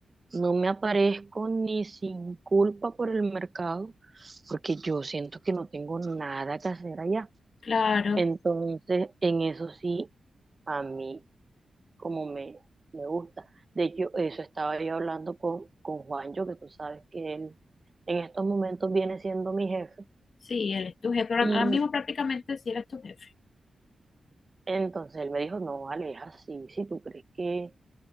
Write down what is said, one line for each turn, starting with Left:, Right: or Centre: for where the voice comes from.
Right: no me aparezco ni sin culpa por el mercado. porque yo siento que no tengo nada que hacer allá.
Left: Claro.
Right: Entonces, en eso sí, a mí como me, me gusta. De hecho, eso estaba yo hablando con, con Juancho, que tú sabes que él en estos momentos viene siendo mi jefe.
Left: Sí, él es tu jefe. Ahora
Right: Y
Left: ahora mismo prácticamente sí eres tu jefe.
Right: entonces él me dijo, no, vale, es así, si tú crees que,